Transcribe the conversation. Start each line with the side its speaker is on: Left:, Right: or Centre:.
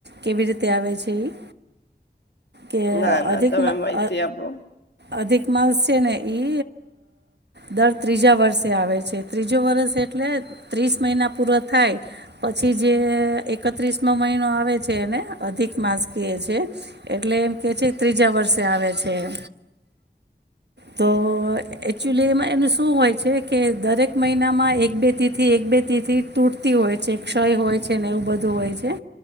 Right: કેવી રીતે આવે છે એ. કે
Left: ના ના
Right: અધિકમાં
Left: તમે માહિતી આપો.
Right: અધિક માસ છે ને એ દર ત્રીજા વર્ષે આવે છે ત્રીજો વર્ષ એટલે ત્રીસ મહિના પૂરા થાય, પછી જે એકત્રીસનો મહિનો આવે છે, એને અધિક માસ કહે છે. એટલે એમ કે છે ત્રીજા વર્ષે આવે છે એ. તો એકચુલી એમાં એનું શું હોય છે કે દરેક મહિનામાં એક બે થી થી એક બે તિથથી તૂટતી હોય છે ક્ષય હોય છે ને એવું બધું હોય છે,